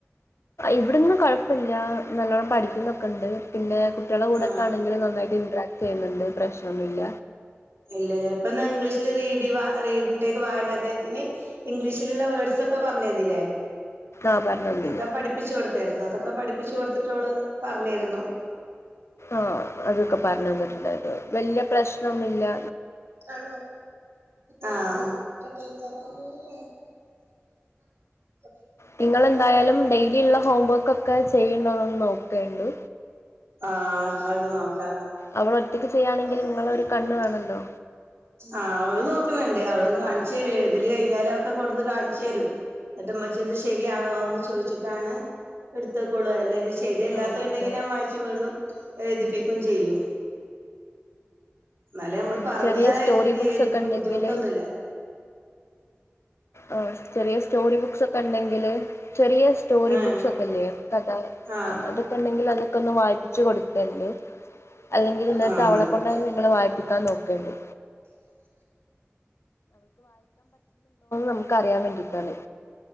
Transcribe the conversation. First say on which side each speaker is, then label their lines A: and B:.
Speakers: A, on the left (about 70°); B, on the right (about 70°).
A: ഇവിട്ന്നും കൊഴപ്പല്ല നല്ലോണം പഠിക്കുന്നൊക്കെ ഇണ്ട് പിന്നെ കുട്ട്യാളകൂടെക്കെ
B: ആ
A: ആണെങ്കില് നന്നായിട്ട് ഇൻട്രാക്‌റ്റെയ്യുന്നുണ്ട് പ്രശ്നമില്ല
B: ഇല്ലലെ ഇപ്പന്നാ ഇംഗ്ലീഷില് റീഡിവ റീഡിന്റെ വായനദിനത്തിന് ഇംഗ്ലീഷിലുള്ള വേർഡ്സ് ഒക്കെ പറഞ്ഞെന്നിലേ
A: ആ പറഞ്ഞ ഒന്നിന്
B: അക്കെ പഠിപ്പിച്ച് കൊടുത്തായിരുന്നോ അതൊക്കെ പഠപ്പ് പഠിപ്പിച്ചു കൊടുത്തിട്ടോള് പറഞ്ഞയ്രുന്നു
A: ആഹ് അതൊക്കെ പറഞ്ഞന്നിട്ട്ള്ളത് വല്ല്യ പ്രശ്നം നമില്ലാ
B: ആണോ ആഹ് ടീച്ചറല്ലേ <unintelligible>
A: നിങ്ങളെന്തായാലും ഡെയിലി ഇള്ള ഹോംവർക്ക് ഒക്കെ ചെയ്യ്ണ്ടാന്നേ. നോക്ക ക്കേണ്ടു
B: ആഹ് ആക്കെ നോക്ക
A: അവൾ ഒറ്റയ്ക്ക് ചെയ്യാണെങ്കിൽ
B: <unintelligible>
A: നിങ്ങളെ ഒരു കണ്ണ് വേണല്ലോ
B: ആഹ് അത് നോക്കുന്നുണ്ട് അവളെ കാണിച്ചു തരും എഴുതിലെ കഴിഞ്ഞാല ഒക്കെ കൊടുന്നെ കാണിച്ചേരും ന്നട്ട്മ്മച്ചി ഇത് ശരിയാണോ ചോദിച്ചിട്ടാണ് എടുത്തകൊള്ളുല്ല ശരിയല്ലാത്ത
A: ആഹ് ഓക്കെ
B: ഉണ്ടെങ്കി ഞാൻ വായിച്ചു വീണ്ടും എഴുതിപ്പിക്കും ചെയ്യും എന്നാലേ ഞമ്മളെ
A: ഉം
B: പറഞ്ഞ്
A: ചെറിയ സ്റ്റോറി
B: ഇരുത്തി
A: ബുക്സ്
B: എഴുതിപ്പക്ക്
A: ഒക്കെ ഉണ്ടെങ്കില്
B: ബുദ്ധിമുട്ടൊന്നുല്ല
A: ആഹ് ചെറിയ സ്റ്റോറി ബുക്സ് ഒക്കെ ഉണ്ടെങ്കില് ചെറിയ സ്റ്റോറി
B: ഉം
A: ബുക്സ് ഒക്കെല്ലേ കഥ
B: ആഹ്
A: അതൊക്കെ ഉണ്ടെങ്കിൽ അതൊക്കെ ഒന്ന് വായിപ്പിച്ച് കൊടുക്കണ്ട് അല്ലെങ്കിൽ ഇന്നത്തെ
B: ആഹ്
A: അവളെ
B: അതൊക്കെ
A: കൊൊണ്ട നിങ്ങൾ വായിപ്പിക്കാൻ നോക്കേണ്ടണ്ട് നമുക്ക് അറിയാൻ വേണ്ടിയിട്ടാണ്